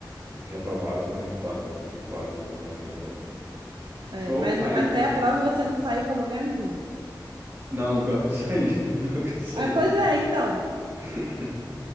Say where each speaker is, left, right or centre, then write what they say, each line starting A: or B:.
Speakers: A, on the right; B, on the right.
A: Ter aprovado só ter me culpado do que ter culpado alguém, sabe? Show,
B: É, mas
A: aí.
B: n- até a prova você não saiu pra lugar nenhum.
A: Não, pior que eu saí. <laughs> Pior que eu saí.
B: Ah, pois é, então.
A: <laughs>